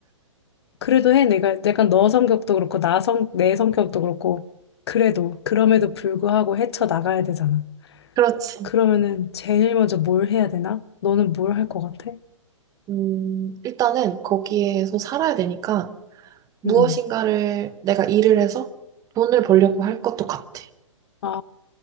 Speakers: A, on the left; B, on the right.
A: 그래도 해. 내가, 내가 너 성격도 그렇고, 나 성, 내 성격도 그렇고, 그래도, 그럼에도 불구하고 헤쳐나가야 되잖아.
B: 그렇지.
A: 그러면은 제일 먼저 뭘 해야 되나? 너는 뭘 할 것 같아?
B: 음, 일단은 거기에서 살아야 되니까 무엇인가를
A: 음,
B: 내가 일을 해서 돈을 벌려고 할 것도 같아.
A: 아,